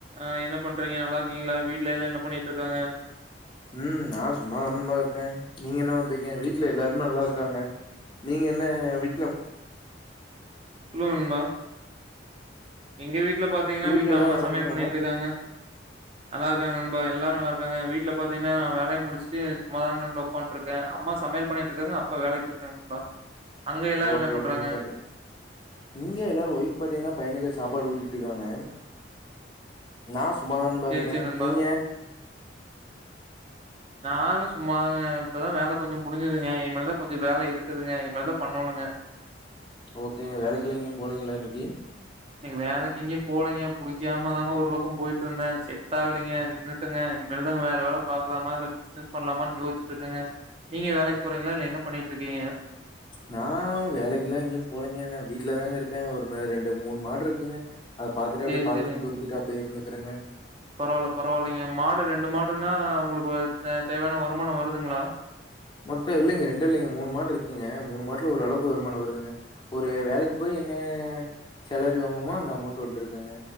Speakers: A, on the right; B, on the left.
A: On என்ன பண்றீங்க நல்லா இருக்கீங்களா வீட்ல எதாம் என்ன பண்ணிட்டு இருக்காங்க
B: ம் நா சும்மாதான் டா இருக்கேன் நீங்க என்ன பண்றீங்க வீட்டுல எல்லாருமே நல்லா இருக்காங்க நீங்க என்ன வீட்ல
A: சொல்லு நண்பா எங்க வீட்டுல பாத்தீங்கன்னா
B: உங்க வீட்ல
A: வீட்டுல
B: எல்லாரு
A: அம்மா
B: நல்லா
A: சமையல்
B: இருக்காங்களா
A: பண்ணிட்டுருக்காங்க நல்லா இருக்காங்க நண்பா எல்லாரும் நல்லா இருக்காங்க வீட்டுல பாத்தீங்கன்னா வேலைய முடிச்சுட்டு சும்மா தான் நண்பா உட்கார்ந்துட்டு ருக் அம்மா சமையல் பண்ணிட்டு இருக்காங்க அப்பா வேலைக்கு போய்ருக்காங்க நண்பா அங்க எல்லாரும்
B: ஓகே
A: என்ன பண்றாங்க?
B: ஓகே நண்பா நீ இங்க எல்லாரும் ஒய்ப் பாத்தீங்கன்னா பையனுக்கு சாப்பாடு ஊட்டிட்டுருக்காங்க நா சும்மாதான் நண்பா
A: சரி,
B: இருக்கேன்
A: சரி நண்பா.
B: நீங்க
A: நானும் சும்மாதாங்க இப்பதான் வேலை கொஞ்சோ முடிஞ்சுதுங்க இனிமேல் தான் கொஞ்சம் வேலை இருக்குதுங்க இனிமே தான் பண்ணோணுங்க
B: ஓகேங்க வேலைக்கி எங்கையும் போலீங்களா இன்னக்கீ
A: இன்னைக்கு வேலைக்கு எங்கேயும் போலீங்க புடிக்காம தாங்க ஒரு பக்கோ போயிட்டு இருந்தே செட் ஆகலைங்க நின் னுட்டேங்க இனிமேல் தா வேற வேல பாக்கலாமா இல்ல பிசினஸ் பண்ணலாமான்னு யோசிச்சுட்டு இருக்கேங்க நீங்க வேலைக் போறீங்களா இல்ல என்ன பண்ணிட்ருக்கீங்க
B: நா வேலைக்கு எல்லா எங்கேயு போலங்கேங்க வீட்லதாங்க இருக்கே ஒர் ரெண்டு மூணு மாடு இருக்குங்க அத பாத்துட்டு அப்டியே
A: சேரி
B: பால்
A: சேரிங்க
B: கறந்து வூத்திட்டு அப்டியே இருந்துகறேங்க
A: பரவால்ல பரவால்லைங்க மாடு ரெண்டு மாடுன்னா உங்குளுக்கு தே தேவையான வருமான வருதுங்களா
B: மொத்த இல்லைங்க ரெண்டு இல்லைங்க மூணு மாடு இருக்குங்க மூணு மாட்ல ஒரு அளவுக்கு வருமான வருதுங்க ஒரு வேலைக்கு போயி என்ன சேலரி வாங்குமோ அந்த அமௌண்ட் வண்ட்ருக்குங்க